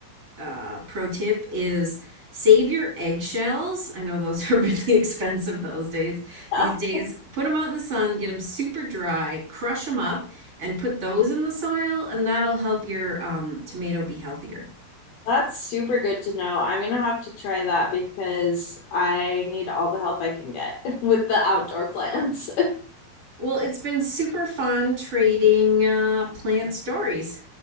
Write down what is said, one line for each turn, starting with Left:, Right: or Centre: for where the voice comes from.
Right: uh, pro tip is save your eggshells. I know those are really <laughs> expensive those days.
Left: <laughs>
Right: These days, put them out in the sun, get them super dry, crush them up, and put those in the soil, and that'll help your um, tomato be healthier.
Left: That's super good to know. I'm gonna have to try that because I need all the help I can get <laughs> with the outdoor plants.
Right: Well, it's been super fun trading uh, plant stories.